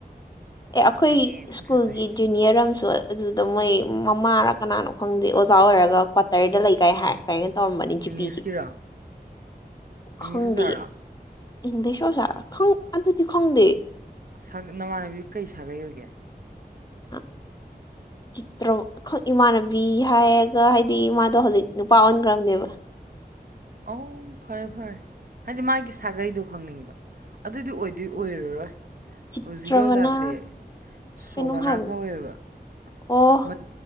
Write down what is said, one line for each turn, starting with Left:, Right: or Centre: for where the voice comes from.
Left: ꯑꯦ ꯑꯩꯈꯣꯏ
Right: ꯑꯁ ꯊꯤꯅ
Left: ꯁ꯭ꯀꯨꯜꯒꯤ
Right: ꯐꯖꯩ
Left: ꯖꯨꯅꯤꯌꯔ ꯑꯃꯁꯨ ꯑꯗꯨꯗ ꯃꯣꯏ ꯃꯃꯥꯔ ꯀꯅꯥꯅꯣ ꯈꯪꯗꯦ ꯑꯣꯖꯥ ꯑꯣꯏꯔꯒ ꯀ꯭ꯋꯥꯇꯔꯗ ꯂꯩ ꯀꯥꯏ ꯍꯥꯏ ꯀꯥꯏꯅ ꯇꯧꯔꯃꯅꯤ ꯖꯤꯄꯤꯒꯤ
Right: ꯏꯪꯂꯤꯁꯀꯤꯔꯣ ꯏꯪꯂꯤꯁ
Left: ꯈꯪꯗꯦ
Right: ꯑꯣꯖꯥꯔꯣ
Left: ꯏꯪꯂꯤꯁ ꯑꯣꯖꯥ ꯈꯪ ꯑꯗꯨꯗꯤ ꯈꯪꯗꯦ
Right: ꯁꯥ ꯅꯃꯥꯟꯅꯕꯤꯗꯨ ꯀꯩ ꯁꯥꯒꯩ ꯑꯣꯏꯒꯦ
Left: ꯑ ꯆꯤꯇ꯭ꯔ ꯏꯃꯥꯟꯅꯕꯤ ꯍꯥꯏꯔꯒ ꯍꯥꯏꯗꯤ ꯃꯥꯗꯣ ꯍꯧꯖꯤꯛ ꯅꯨꯄꯥ ꯑꯣꯟꯈ꯭ꯔꯕꯅꯦꯕ
Right: ꯑ ꯐꯔꯦ ꯐꯔꯦ ꯍꯥꯏꯗꯤ ꯃꯥꯒꯤ ꯁꯥꯒꯩꯗꯣ ꯈꯪꯅꯤꯡꯕ ꯑꯗꯨꯏꯗꯤ ꯑꯣꯏꯗꯣꯏ ꯑꯣꯏꯔꯔꯣꯏ
Left: ꯆꯤꯇ꯭ꯔꯕꯅ
Right: ꯍꯧꯖꯤꯛꯀꯤ ꯑꯣꯖꯥꯁꯦ ꯁꯣꯕꯅꯥ
Left: ꯀꯩꯅꯣꯝ ꯍꯥꯏꯕꯅꯦ
Right: ꯀꯧꯋꯦꯕ
Left: ꯑꯣ
Right: ꯃꯠ